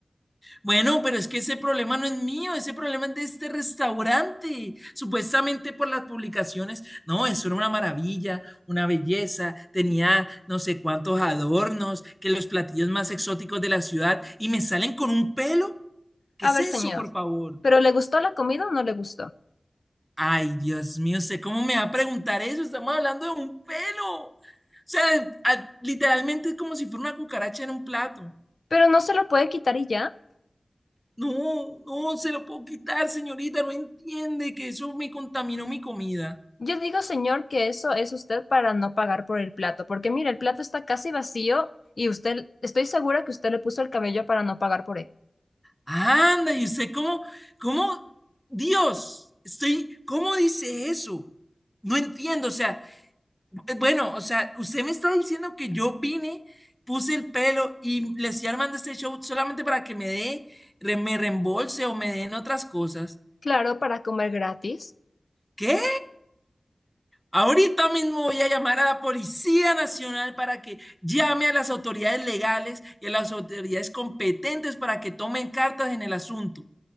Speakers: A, in the centre; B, on the left.
A: Bueno, pero es que ese problema no es mío, ese problema es de este restaurante. Supuestamente por las publicaciones, no, eso era una maravilla, una belleza, tenía no sé cuántos adornos, que los platillos más exóticos de la ciudad y me salen con un pelo. ¿Qué
B: A
A: es
B: ver,
A: eso,
B: señor,
A: por favor?
B: ¿pero le gustó la comida o no le gustó?
A: Ay, Dios mío, ¿usted cómo me va a preguntar eso? Estamos hablando de un pelo. O sea, a- literalmente es como si fuera una cucaracha en un plato.
B: Pero no se lo puede quitar y ya.
A: No, no se lo puedo quitar, señorita, no entiende que eso me contaminó mi comida.
B: Yo digo, señor, que eso es usted para no pagar por el plato, porque mire, el plato está casi vacío y usted, estoy segura que usted le puso el cabello para no pagar por él.
A: Anda, y usted cómo, cómo, Dios, estoy, ¿cómo dice eso? No entiendo, o sea, eh, bueno, o sea, usted me está diciendo que yo vine, puse el pelo y le estoy armando este show solamente para que me dé, re- me reembolse o me den otras cosas.
B: Claro, para comer gratis.
A: ¿Qué? Ahorita mismo voy a llamar a la Policía Nacional para que llame a las autoridades legales y a las autoridades competentes para que tomen cartas en el asunto.